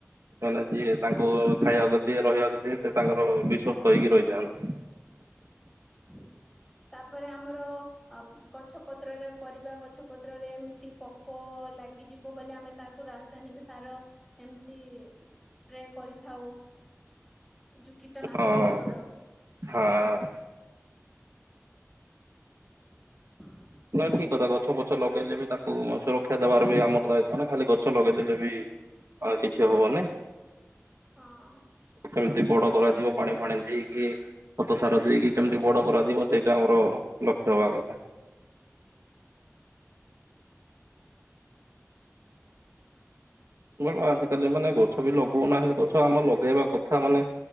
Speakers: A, on the right; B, in the centre.
A: କାହିଁକି ନା ଯିଏ ତାଙ୍କୁ ଖାଇବାକୁ ଦିଏ ରହିବାକୁ ଦିଏ ସେ ତାଙ୍କର ବିଶ୍ଵସ୍ତ ହେଇକି ରହିଯାଆନ୍ତି।
B: ହ ତାପରେ ଆମର ଅପ ଗଛ ପତ୍ରରେ ପରିବା ଗଛ ପତ୍ରରେ ଏମିତି ପକ କୋ ଲାଗିଯିବ ବୋଲି ଆମେ ତାକୁ ରାସାୟନିକ ସାର ଏମିତି ସ୍ପ୍ରେ କରିଥାଉ ଯୋଉ କୀଟନାଶକ
A: ହଁ
B: ଔଷଧ
A: ହଁ।
B: ହଁ
A: ନାଇଁ ଠିକ କଥା ଗଛ ପଛ ଲଗେଇଲେ ବି ତାକୁ ସୁରକ୍ଷା ଦେବାର ବି ଆମର ଦାୟିତ୍ୱ ନା ଖାଲି ଗଛ ଲଗେଇଦେଲେ ବି ଆଉ କିଛି ହବାର ନାଇଁ।
B: ହଁ।
A: କେମତି ବଡ କରାଯିବ ପାଣି ଫାଣି ଦେଇକି ଖତ ତ ସାର ଦେଇକି କେମିତି ବଡ କରାଯିବ ସେଇଟା ଆମର ଲକ୍ଷ୍ୟ ହବା କଥା। ଏବଂ ଆଜିକାଲି ମାନେ ଗଛ ବି ଲଗଉନାହାନ୍ତି ଗଛ ଆମ ଲଗେଇବା କଥା, ମାନେ-